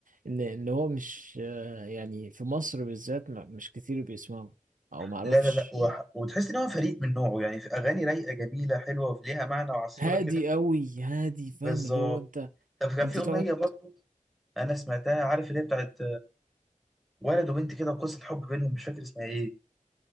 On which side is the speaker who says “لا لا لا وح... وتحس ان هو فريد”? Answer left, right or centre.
Centre